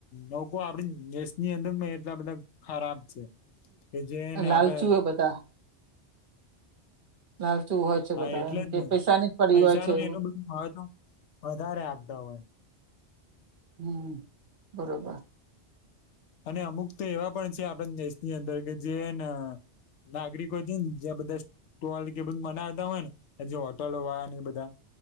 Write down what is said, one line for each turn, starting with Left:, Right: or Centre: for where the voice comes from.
Left: લોકો આપડી દેશની અંદર એટલા બધા ખરાબ છે. કે જેને
Right: લાલચુ
Left: આપડે
Right: બધા લાલ ચુ હોય છે
Left: હા
Right: બધા
Left: એટલે
Right: એમ
Left: જ
Right: કે
Left: ને
Right: પૈસાની પડી
Left: પૈસાનું
Right: હોય છે એવું.
Left: એનું બધું મહત્વ વધારે આપતા હોય
Right: હમ બરોબર.
Left: અને અમુક તો એવા પણ છે આપણા દેશની અંદર કે જેને નાગરિકો છે ને જ્યાં બધા <unintelligible> કે મનાવતા હોય ને જે હોટલો વાળા ને બધા